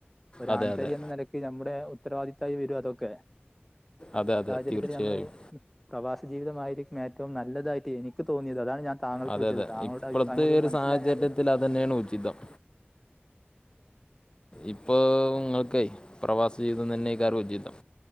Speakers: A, in the centre; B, on the left.
A: ഒരു
B: അതെ
A: ആൺ
B: അതെ
A: തരി എന്ന നിലക്ക് നമ്മുടെ ഉത്തരവാദിത്തായി വരും അതൊക്കെ.
B: അതെ അതെ.
A: ഇരത്തിൽ
B: തീർച്ചയായും
A: നമ്മള് പ്രവാസ ജീവിതമായിരിക്കും ഏറ്റവും നല്ലതായിട്ട് എനിക്ക് തോന്നിയത് അതാണ് ഞാൻ താങ്കൾക്ക്
B: അതെ
A: വിളിച്ചത്
B: അതെ
A: താങ്കളുടെ
B: ഇപ്പളത്തെ
A: അഭിപ്രായം കൂടി
B: ഈഒരു
A: ഒന്ന് മനസ്സിലായാല്
B: സാഹചര്യത്തിൽ അതെന്നേണ് ഉചിതം. ഇപ്പൊ ഇങ്ങൾക്കെ പ്രവാസ ജീവിതം തന്നെയ്ക്കാരം ഉചിതം.